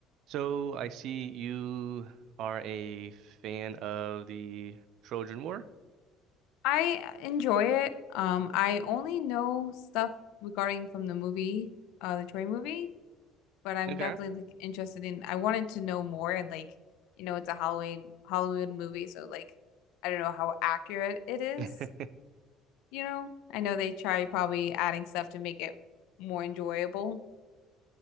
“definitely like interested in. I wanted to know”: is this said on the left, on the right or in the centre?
Left